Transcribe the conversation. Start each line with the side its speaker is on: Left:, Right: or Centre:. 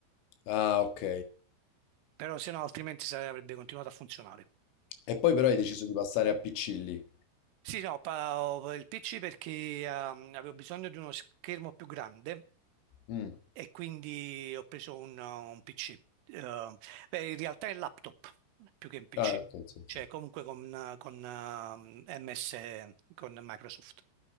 Left: ah, ok.
Right: Però se no, altrimenti sare- avrebbe continuato a funzionare.
Left: E poi però hai deciso di passare a PC lì.
Right: Sì, no, pa- ho il PC perché ehm, avevo bisogno di uno schermo più grande
Left: Mm.
Right: e quindi ho preso un, un PC. Eh, beh, in realtà è un laptop più che un PC,
Left: Ah, ok, sì,
Right: cioè
Left: sì.
Right: comunque con, con ehm, MS, con Microsoft.